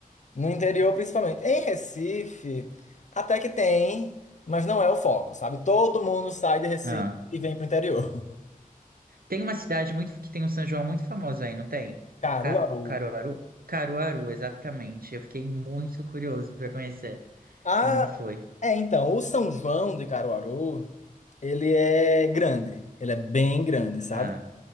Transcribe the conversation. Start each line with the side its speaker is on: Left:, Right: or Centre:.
Left: No interior, principalmente. Em Recife, até que tem, mas não é o foco, sabe? Todo mundo sai de Recife
Right: Ah.
Left: e vem pro interior. <laughs>
Right: Tem uma cidade muito que tem um São João muito famoso aí, não tem?
Left: Caruaru.
Right: Ca- Caruaru? Caruaru, exatamente. Eu fiquei muito curioso para conhecer
Left: Ah,
Right: e não fui.
Left: é, então, o São João de Caruaru, ele é grande. Ele é bem grande, sabe?
Right: Ah.